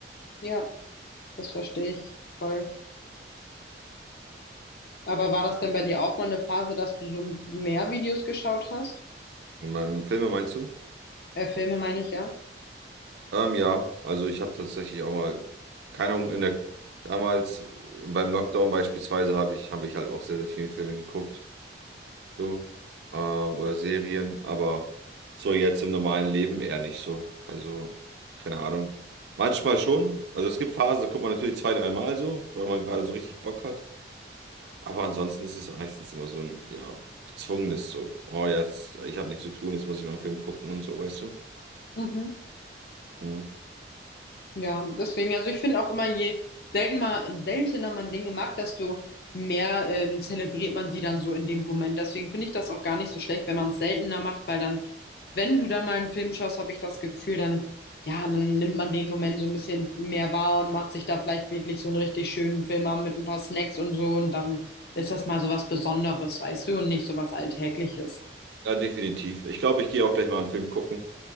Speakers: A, on the left; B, on the right.
A: ja, das verstehe ich voll. Aber war das denn bei dir auch mal eine Phase, dass du so mehr Videos geschaut hast?
B: In meinem Filme meinst du?
A: Äh, Filme meine ich, ja.
B: Ähm, ja, also ich habe tatsächlich auch mal, keine Ahnung, in der, damals beim Lockdown beispielsweise habe ich, habe ich halt auch sehr, sehr viele Filme geguckt, so, ähm, oder Serien, aber so jetzt im normalen Leben eher nicht so. Also, keine Ahnung. Manchmal schon. Also es gibt Phasen, da guckt man natürlich zwei, dreimal so, weil man gerade so richtig Bock hat. Aber ansonsten ist es meistens immer so ein, ja, gezwungenes so. Oh, jetzt, ich habe nichts zu tun, jetzt muss ich mal einen Film gucken und so, weißt du?
A: Mhm.
B: Mhm.
A: Ja, deswegen, also ich finde auch immer, je selten mal, seltener man Dinge macht, desto mehr ähm, zelebriert man sie dann so in dem Moment. Deswegen finde ich das auch gar nicht so schlecht, wenn man es seltener macht, weil dann, wenn du dann mal einen Film schaust, habe ich das Gefühl, dann, ja, dann nimmt man den Moment so ein bisschen mehr wahr und macht sich da vielleicht wirklich so einen richtig schönen Film an mit ein paar Snacks und so und dann ist das mal so was Besonderes, weißt du, und nicht so was Alltägliches.
B: Ja, definitiv. Ich glaube, ich gehe auch gleich mal einen Film gucken,